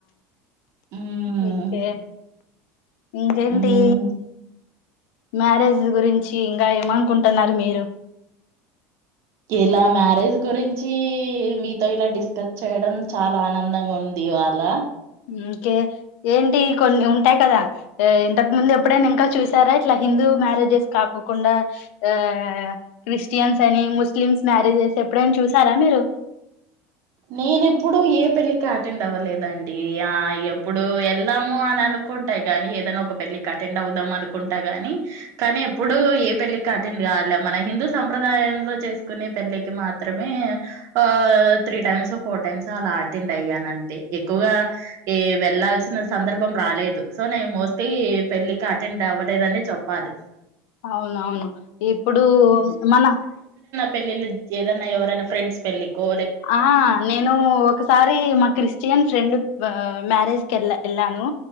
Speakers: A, on the right (about 50°); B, on the left (about 75°).
A: హ్మ్.
B: ఉంటె ఇంకేంటీ
A: హ్మ్.
B: మ్యారేజ్ గురించి ఇంగా ఏమనుకుంటున్నారు. మీరు
A: ఇలా మ్యారేజ్ గురించి మీతో ఇలా డిస్కస్ చేయడం చాలా ఆనందంగా ఉంది. ఈవాళ
B: ఇంకే ఏంటి కొన్ని ఉంటాయి. కదా ఇంతకు ముందు ఎప్పుడైనా ఇంకా చూసారా ఇట్లా హిందూ మ్యారేజెస్ కాకోకుండా ఆ క్రిస్టియన్స్ అని ముస్లిమ్స్ మ్యారేజెస్ ఎప్పుడైనా చూసారా మీరు
A: నేను ఎప్పుడు ఏ పెళ్ళికి అటెండ్ అవ్వలేదండి. ఆ ఎప్పుడు వెళ్దాము అని అనుకుంట కానీ ఏదైనా ఒక పెళ్ళికి అటెండ్ అవుదాం అనుకుంటా గాని కానీ ఎప్పుడు ఏ పెళ్ళికి అటెండ్ కాలే మన హిందూ సంప్రదాయంలో చేసుకునే పెళ్ళికి మాత్రమే ఆ త్రీ టైమ్స్ ఫోర్ టైమ్స్ అలా అటెండ్ అయ్యాను. అంటే ఎక్కువగా ఈ వెళ్లాల్సిన సందర్భం రాలేదు. సో నేను మోస్ట్లీ పెళ్ళికి అటెండ్ అవ్వలేదని చెప్పాలి.
B: అవునవును ఇప్పుడు మన
A: పెళ్ళిళ్లు ఏదన్నా ఎవరైన ఫ్రెండ్స్ పెళ్లికో
B: ఆ నేను ఒకసారి మా క్రిస్టియన్ ఫ్రెండ్ మ్యారేజ్ ఏళ్ళ వెళ్ళాను.